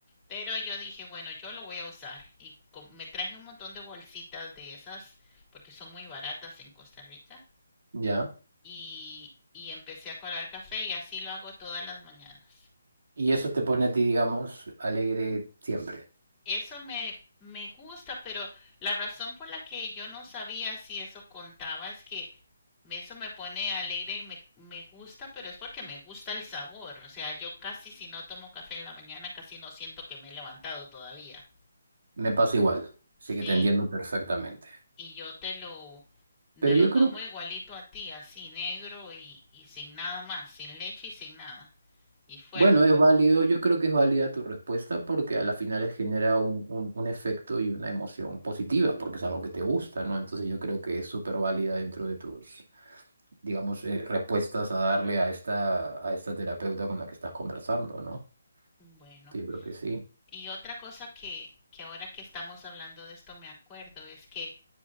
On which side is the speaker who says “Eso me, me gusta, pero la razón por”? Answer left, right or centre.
Left